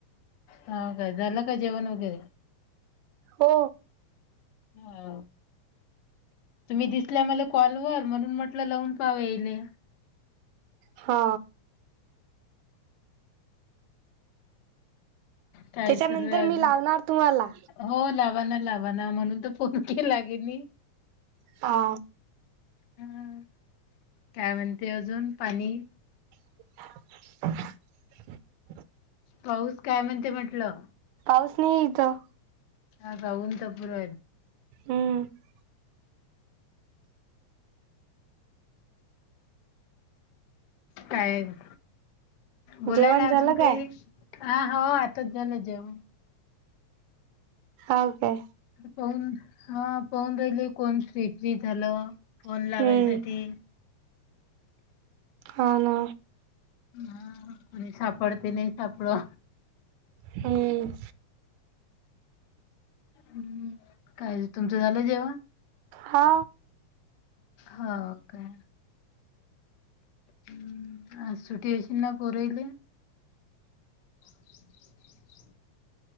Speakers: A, on the left; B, on the right.
A: हो काय झालं काय जेवण वगैरे
B: हो
A: हा. दिसल्या मला कॉलवर म्हणुन म्हटलं लावुन पावेले
B: हा.
A: काही
B: त्याच्यानंतर
A: सुरू आहे अजुन
B: मी लावणार तुम्हाला
A: हो लावाना लावा. ना म्हणुन तर फोन केला ग मी
B: हा.
A: ह काय म्हणते अजुन पाणी.
B: अ
A: पाऊस काय म्हणते म्हटलं.
B: पाऊस नाही इथं.
A: अन ऎंटिलेजेबल
B: हम्म
A: काय? बोलायला
B: जेवण झालं
A: अजुन काही
B: काय
A: हा हो आताच झालं जेवण.
B: ओके
A: पाहन हा पाहुन राहिले कोण फ्री फ्री झाल. फोन
B: हम्म
A: लावायसाठी.
B: हो ना.
A: हा कोणी सापडते नाहीय सापडवा
B: हम्.
A: हम्म काय तुमच झाल जेवण.
B: हा
A: हो का. हम् आज सुट्टी असेल पोराले. अन ऎंटिलेजेबल